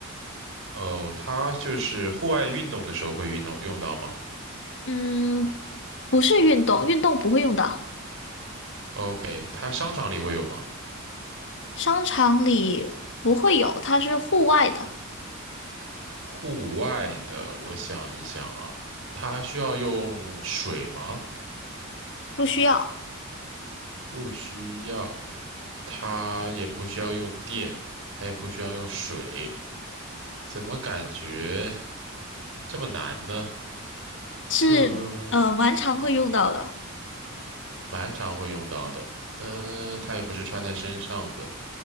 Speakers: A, on the right; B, on the left.
A: 哦，它就是户外运动的时候会运动用到吗
B: 嗯，不是运动，运动不会用到，
A: ？OK，它商场里会有吗？
B: 商场里不会有，它是户外的，
A: 户外的，我想一想啊，它需要用水吗？
B: 不需要，
A: 不需要，它也不需要用电，它也不需要用水，怎么感觉这么难呢？
B: 是呃蛮常会用到的。
A: 嗯。蛮常会用到的。嗯、它也不是穿在身上的。